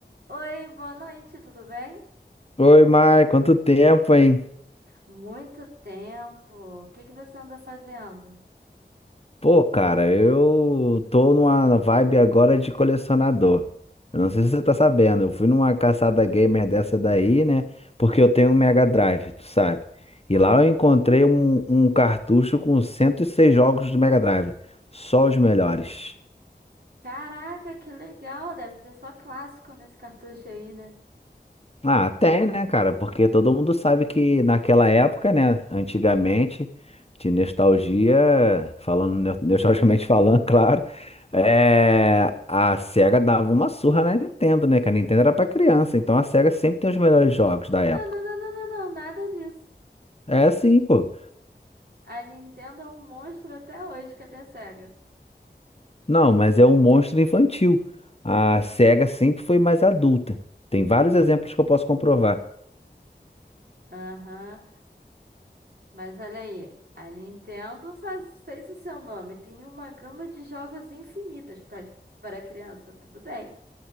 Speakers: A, on the right (about 60°); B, on the left (about 35°).
A: Oi, boa noite, tudo bem?
B: Oi, Mar, quanto tempo, hein?
A: Muito tempo. O que que você anda fazendo?
B: Pô, cara, eu tô numa vibe agora de colecionador. Eu não sei se você tá sabendo, eu fui numa caçada gamer dessa daí, né? Porque eu tenho um Mega Drive, tu sabe? E
A: Aham.
B: lá eu encontrei um, um cartucho com 106 jogos do Mega Drive, só os melhores.
A: Caraca, que legal! Deve ter só clássico nesse cartucho aí, né?
B: Ah, tem, né, cara? Porque todo mundo sabe que naquela época, né, antigamente, de nostalgia, falando no- nostalgicamente <laughs> falando, claro, é, a SEGA dava uma surra na Nintendo, né? Que a Nintendo era pra criança, então a SEGA sempre tem os melhores jogos da época.
A: Não, não, não, não, não, não, nada disso.
B: É assim, pô.
A: A Nintendo é um monstro até hoje, cadê a Sega?
B: Não, mas é um monstro infantil. A SEGA sempre foi mais adulta. Tem vários exemplos que eu posso comprovar.
A: Aham, Mas olha aí, a Nintendo faz- fez o seu nome. Tem uma gama de jogos infinitas pra- para criança, tudo bem.